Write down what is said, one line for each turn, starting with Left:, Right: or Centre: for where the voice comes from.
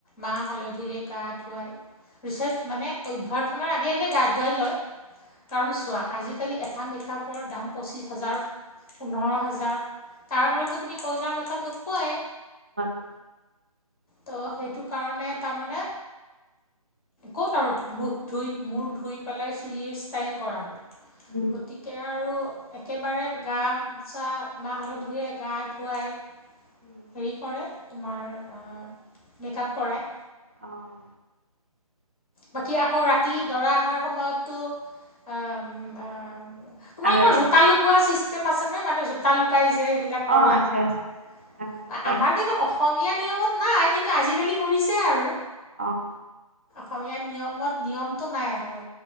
Left: মাহ হালধিৰে গা ধুৱাই ৰিচেট মানে অভ্যৰ্থনাৰ আগে আগে গা ধুৱাই লয় কাৰণ চোৱা আজিকালি টা মেকআপৰ দাম পঁচিছ হাজাৰ পোন্ধৰ হাজাৰ তাৰ পৰাৰতো তুমি কইনাৰ মেথাম নোপোৱাই
Right: তপোৱা
Left: ত' সেইটো কাৰণে তাৰমানে ক'ত আৰু মোক ধুই মোৰ ধুই পেলাই চুলিৰ ষ্টাইল কৰাব
Right: উম,
Left: গতিকে আৰু একেবাৰে গামোচা মাহ হালধিৰে গা ধুৱাই
Right: উম,
Left: হেৰি কৰে তোমাৰ মেকআপ কৰাই
Right: আহঁ
Left: বাকী আকৌ ৰাতি দৰা অহাৰ সময়তো আহ তোমালোকৰ
Right: আৰু এবাৰ
Left: জোতা লুকোৱা চিষ্টেম আছে নে মানে জোতা লুকাই আমাৰ
Right: অ', আছে, আছে, আ, লুকাই
Left: কিন্তু অসমীয়া নিয়মত নাই কিন্তু আজিকালি কৰিছে আৰু
Right: আহঁ
Left: অসমীয়া নিয়মত নিয়মটো নাই আৰু